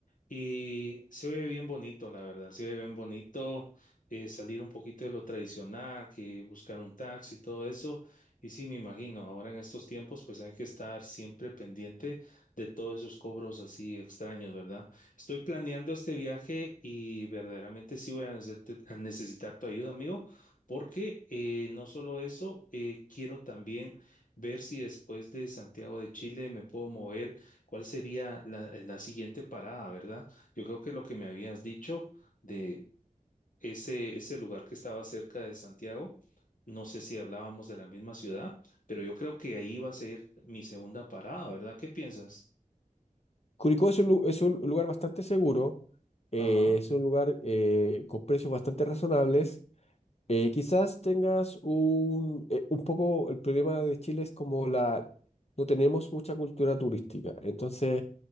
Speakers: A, on the left; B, on the left.
A: y se oye bien bonito, la verdad, se oye bien bonito eh, salir un poquito de lo tradicional, que buscar un taxi y todo eso. Y sí, me imagino, ahora en estos tiempos pues hay que estar siempre pendiente de todos esos cobros así extraños, ¿verdad? Estoy planeando este viaje y verdaderamente sí voy a necesit- a necesitar tu ayuda, amigo, porque eh, no solo eso, eh, quiero también ver si después de Santiago de Chile me puedo mover, cuál sería la, eh, la siguiente parada, ¿verdad? Yo creo que lo que me habías dicho de ese, ese lugar que estaba cerca de Santiago, no sé si hablábamos de la misma ciudad, pero yo creo que ahí va a ser mi segunda parada, ¿verdad? ¿Qué piensas?
B: Curicó es un, lu- es un lugar bastante seguro, eh,
A: Ajá,
B: es un lugar eh, con precios bastante razonables. Eh, quizás tengas un, eh, un poco, el problema de Chile es como la, no tenemos mucha cultura turística, entonces